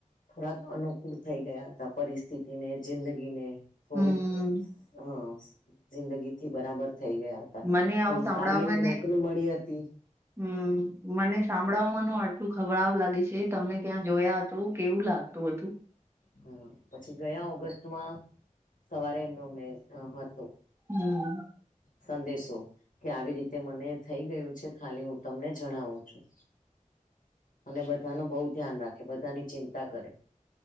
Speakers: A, on the left; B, on the right.
A: થોડાક અનુકૂળ થઈ ગયા હતા પરિસ્થિતિને જિંદગીને, થોડુંક
B: હમ
A: હ જિંદગીથી બરાબર થઈ ગયા હ. હતા
B: મને
A: થોડી
B: આવું સાંભળવાને
A: સારી એવી નોકરી મળી હતી.
B: હમ મને સાંભળાવવાનું આટલું ખરાબ લાગે છે તમને ત્યાં જોયા. તો કેવું લાગતું હતું.
A: હા પછી ગયા ઓગસ્ટમાં સવારે એમનો મે હતો.
B: હમ
A: સંદેશો કે આવી રીતે મને થઈ ગયું છે ખાલી હું તમને જણાવું છું. અને બધાનું બહુ ધ્યાન રાખે બધાની ચિંતા કરે.